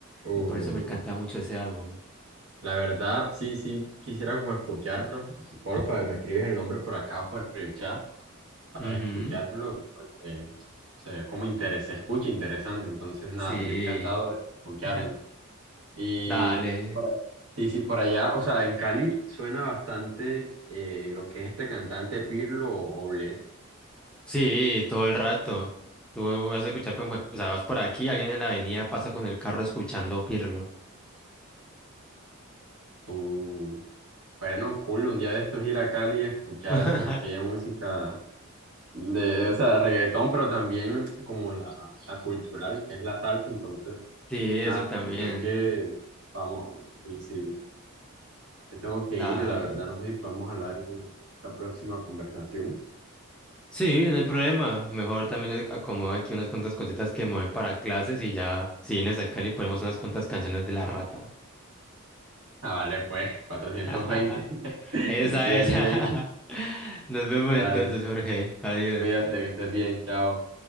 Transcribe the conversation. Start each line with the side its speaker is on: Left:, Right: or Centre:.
Right: Uh,
Centre: y por eso me encanta mucho ese álbum.
Right: la verdad, sí, sí, quisiera como escucharlo. Porfa, me escribes el nombre por acá, por el chat,
Centre: Ujú,
Right: para escucharlo. porque se ve como interés, se escucha interesante, entonces nada,
Centre: Sí,
Right: yo encantado de escucharlo.
Centre: <laughs>
Right: Y
Centre: dale.
Right: por- a- sí, sí, por allá, o sea, en Cali suena bastante eh, lo que es este cantante Pirlo o Bless.
Centre: Sí, todo el rato. Tú vas a escuchar con cualquier... O sea, vas por aquí, alguien en la avenida pasa con el carro escuchando Pirlo.
Right: Uh, bueno, cool, un día de estos ir a Cali y escuchar
Centre: <laughs>
Right: aquella música de, o sea, reggaetón, pero también como la, la cultural, que es la salsa, entonces,
Centre: Sí,
Right: nada,
Centre: eso también.
Right: creo que vamos, y sí, me tengo que
Centre: Dale.
Right: ir, la verdad, no sé si podemos hablar en la próxima conversación.
Centre: Sí, no hay problema. Mejor también yo te acomodo aquí unas cuantas cositas que me voy para clases y ya, si vienes acá, le ponemos unas cuantas canciones de la rata.
Right: Ah, vale, pues, cuatrocientos
Centre: <laughs>
Right: veinte <laughs>
Centre: Esa,
Right: Bien,
Centre: esa.
Right: bien.
Centre: <laughs> Nos vemos entonces,
Right: Dale,
Centre: Jorge. Adiós.
Right: cuídate, que estés bien, chao.